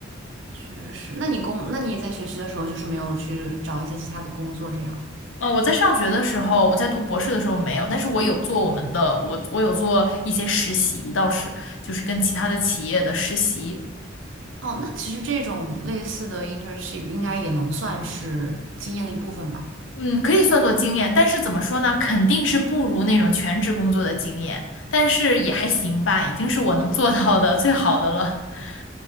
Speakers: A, on the right (about 80°); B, on the left (about 80°).
A: 确实，那你工，那你在学习的时候就是没有去找一些其他的工作这样？
B: 呃，我在上学的时候，我在读博士的时候没有，但是我有做我们的，我我有做一些实习，倒是就是跟其他的企业的实习，
A: 哦，那其实这种类似的 internship 应该也能算是经验的一部分吧。
B: 嗯，可以算作经验，但是怎么说呢，肯定是不如那种全职工作的经验，但是也还行吧，已经是我能做到的最好的了。<laughs>